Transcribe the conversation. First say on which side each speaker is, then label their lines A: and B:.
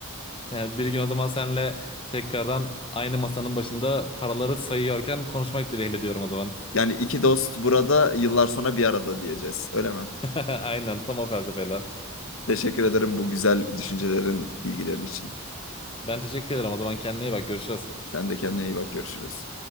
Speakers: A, on the left; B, on the left.
A: Yani bir gün o zaman senle tekrardan aynı masanın başında paraları sayıyorken konuşmak dileğiyle diyorum o zaman.
B: Yani iki dost burada yıllar sonra bir arada diyeceğiz. Öyle mi?
A: <laughs> Aynen tam o felsefeyle.
B: Teşekkür ederim bu güzel düşüncelerin, bilgilerin için.
A: Ben teşekkür ederim o zaman kendine iyi bak görüşürüz.
B: Sen de kendine iyi bak. Görüşürüz.